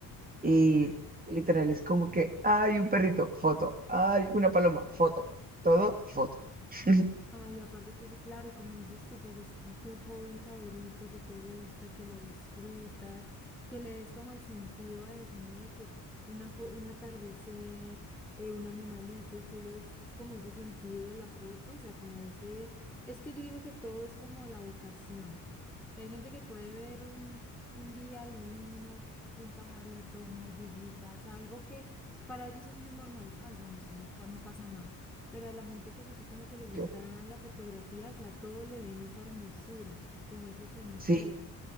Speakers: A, on the right; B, in the centre.
A: Y literal es como que hay un perrito, foto, hay una paloma, foto, todo, foto. <laughs>
B: Ay, aparte que sí, claro, y como dices tú, pues es tu tu hobby favorito, que te gusta, que lo disfrutas, que le des como el sentido a eso, ¿no? De que una fo- un atardecer, eh, un animalito, y tú le ves es como ese sentido de la foto, o sea, como ese, es que yo digo que todo es como la vocación. O sea, hay gente que puede ver un, un día divino, un pajarito, una ardillita, o sea, algo que para ellos es muy normal. Ay, bueno, sí, no pa- no pasa nada pero a la gente que es así como que les gusta
A: Yo,
B: la fotografía, o sea, todo le ven esa hermosura, como ese sentido.
A: sí,